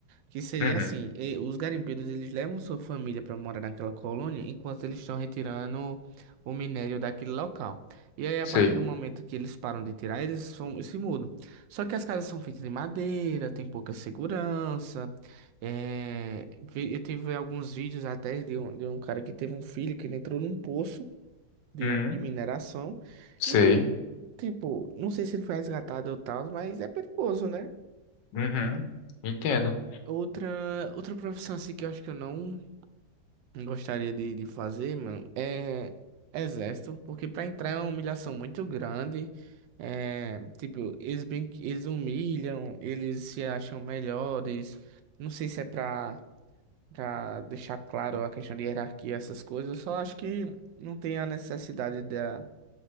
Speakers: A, on the right; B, on the left.
A: que seria
B: Uhum.
A: assim, e- os garimpeiros, eles levam sua família para morar naquela colônia enquanto eles estão retirando o minério daquele local. E aí, a
B: Sei,
A: partir do momento que eles param de tirar, eles são- se mudam. Só que as casas são feitas de madeira, tem pouca segurança, é, vi- eu tive alguns vídeos até de um, de um cara que teve um filho que ele entrou num poço de,
B: Uhum.
A: de mineração
B: sei,
A: e, tipo, não sei se ele foi resgatado ou tal, mas é perigoso, né?
B: Uhum. entendo.
A: E outra, outra profissão assim que eu acho que eu não gostaria de, de fazer, mano, é exército, porque pra entrar é uma humilhação muito grande. É, tipo, eles, bem, eles humilham, eles se acham melhores. Não sei se é pra. Pra deixar claro a questão de hierarquia, essas coisas, eu só acho que não tem a necessidade da,